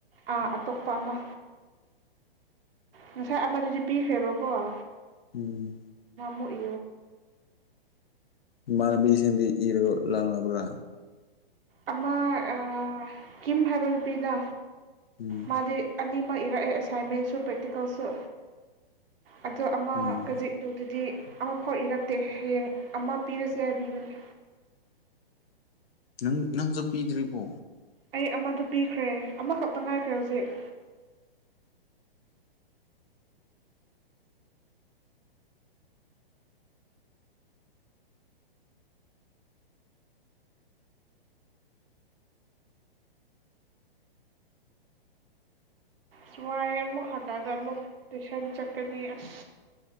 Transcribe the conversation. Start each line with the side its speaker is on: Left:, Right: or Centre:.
Right: ꯥ ꯑꯇꯣꯞꯄ ꯑꯃ ꯉꯁꯥꯏ ꯑꯃꯥ ꯑꯗꯨꯗꯤ ꯄꯈ ꯍꯕ ꯀꯣ ꯑ
Left: ꯎꯝ
Right: ꯄꯨꯏ
Left: ꯃꯅꯕꯤ ꯍꯤꯟꯗꯤ ꯏꯔꯒꯣ ꯂꯥꯎꯅꯕ꯭ꯔꯥ
Right: ꯑꯃ ꯑ ꯀꯝ ꯍꯥꯏꯕ ꯅꯨꯄꯤꯗ
Left: ꯎꯝ
Right: ꯃꯥꯗꯤ ꯑꯅꯤꯃ ꯂꯛꯑꯦ ꯑꯦꯁꯥꯏꯟꯃꯦꯟꯁꯨ ꯄ꯭ꯔꯦꯛꯇꯤꯀꯦꯜꯁꯨ ꯑꯗꯣ ꯑꯃ
Left: ꯎꯝ
Right: ꯀꯖꯤꯛꯂꯨꯗꯗꯤ ꯑꯃꯐꯥꯎ ꯏꯔꯛꯇꯦ ꯍꯌꯦꯡ ꯑꯃ ꯄꯤꯔꯁꯦ ꯍꯥꯏꯕꯤꯕꯅꯤ
Left: ꯅꯪ ꯅꯪꯁꯨꯠꯄꯤꯗ꯭ꯔꯤꯔꯤꯕꯣ
Right: ꯑꯩ ꯑꯃꯗꯨ ꯄꯤꯈ꯭ꯔꯦ ꯑꯃꯈꯛꯇ ꯉꯥꯏꯈ꯭ꯔꯦ ꯍꯧꯖꯤꯛ ꯁꯃꯥꯏ ꯑꯃ ꯍꯥꯟꯅꯒ ꯑꯃꯨꯛ ꯇꯨꯁꯟ ꯆꯠ ꯀꯅꯤ ꯑꯁ